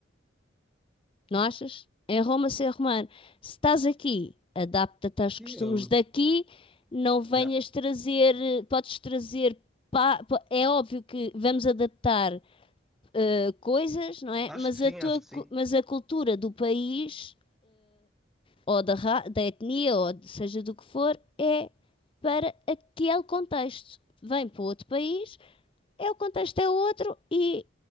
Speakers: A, on the left; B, in the centre.
A: Não achas? Em Roma, ser romano. Se estás aqui, adapta-te aos
B: Sim,
A: costumes
B: eu
A: daqui, não venhas
B: já.
A: trazer, eh, podes trazer. pa- pa- É óbvio que vamos adaptar eh, coisas, não é?
B: Acho
A: Mas
B: que sim,
A: a tua,
B: acho que
A: cu-
B: sim.
A: mas a cultura do país, ou da, ra- da etnia, ou de- seja do que for, é para aquele contexto. Vem para outro país é o contexto é outro e